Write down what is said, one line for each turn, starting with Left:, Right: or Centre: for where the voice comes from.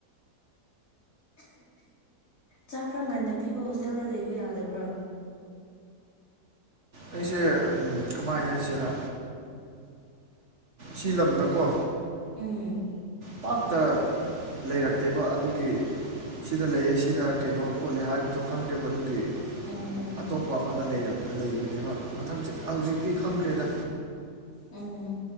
Left: ꯆꯥꯛ ꯈꯔ ꯉꯟꯅ ꯄꯤꯕ ꯍꯣꯁꯇꯦꯜꯗ ꯂꯩꯕ ꯌꯥꯗꯕ꯭ꯔꯥ
Right: ꯑꯩꯁꯦ ꯎꯝ ꯀꯃꯥꯏ ꯍꯥꯏꯁꯤꯔꯥ ꯁꯤ ꯂꯝꯗꯀꯣ
Left: ꯎꯝ
Right: ꯄꯥꯛꯇ ꯂꯩꯔꯛꯇꯦꯕ ꯑꯗꯨꯒꯤ ꯁꯤꯗ ꯂꯩꯌꯦ ꯁꯤꯗ ꯀꯩꯅꯣ ꯈꯣꯠꯂꯦ ꯍꯥꯏꯕꯗꯣ ꯈꯪꯗꯦꯕ ꯑꯗꯨꯒꯤ
Left: ꯎꯝ ꯎꯝ
Right: ꯑꯇꯣꯞꯄ ꯑꯃꯗ ꯂꯩꯕꯅꯦꯕ ꯃꯊꯪ ꯍꯧꯖꯤꯛꯇꯤ ꯈꯪꯈ꯭ꯔꯦꯗ
Left: ꯎꯝ